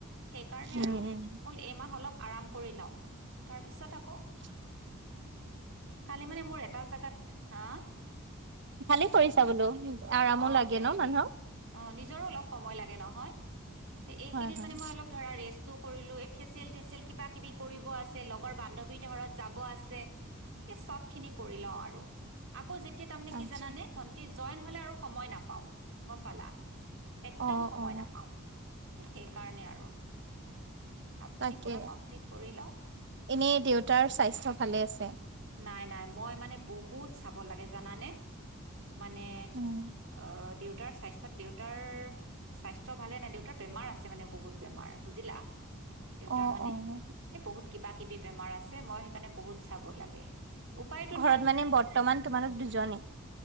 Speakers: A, on the right; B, on the right.
A: সেইকাৰণে
B: উম
A: আৰু
B: উম
A: হল এইমাহ অলপ আৰাম কৰি লওঁ, তাৰপিছত আকৌ
B: উ
A: কালি মানে মোৰ এটা জোগাত হা
B: ভালে কৰিছা বোলো আৰামো
A: অ',
B: লাগে
A: তেনেকে।
B: ন মানুহক।
A: অ', নিজৰো অলপ সময় লাগে নহয়। তে এইকেইদিন
B: হয় হয়
A: মানে মই অলপ ধৰা ৰেষ্ট ও কৰিলো এ ফেচিয়েল তেচিয়েল কিবা-কিবি কৰিব আছে, লগৰ বান্ধবীৰ ঘৰত যাব আছে, এ চব খিনি কৰি লওঁ আৰু। আকৌ যে তিয়া তাৰমানে কি
B: আচ্ছা
A: জানা নে? ভণ্টি জই <unintelligible> সময় নাপাওঁ গম পালা? একদম
B: অ
A: সময়
B: অ
A: নাপাওঁ। সেইকাৰণে আৰু। কামখিনি
B: তাকে
A: পুৰা কমপ্লিট কৰি লওঁ।
B: এনে দেউতাৰ স্বাস্থ্য ভালে আছে
A: নাই, নাই, মই মানে বহুত ক'ত চাব লাগে জানানে? মানে
B: উম
A: অ' দেউত দেউতাৰ স্বাস্থ্যত দেউতাৰ স্বাস্থ্য ভালে নাই, দেউতাৰ বেমাৰ আছে মানে বহুত বেমাৰ বুজিলা। দেউতাৰ
B: অ
A: মানে
B: অ
A: এই বহুত কিবা-কিবি বেমাৰ আছে মই কাৰণে বহুত চাব লাগে। উপায়তো
B: ঘৰত
A: নাই
B: মানে বৰ্তমান তোমালোক দুজনেই।